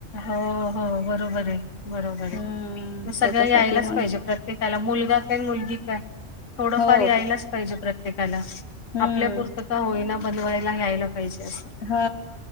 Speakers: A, on the left (about 85°); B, on the left (about 60°).
A: हो -हो बरोबर ये, बरोबर
B: हम्म
A: ये म सगळं
B: त्याच्यासाठी
A: यायलाच
B: मण
A: पाहिजे प्रत्य प्रत्येकाला मुलगा काय, मुलगी काय थोडंफार
B: हो
A: यायलाचं पाहिजे प्रत्येकाला.
B: हम्म
A: आपल्यापूरत का होईना बनवायला यायला पाहिजे असं.
B: हा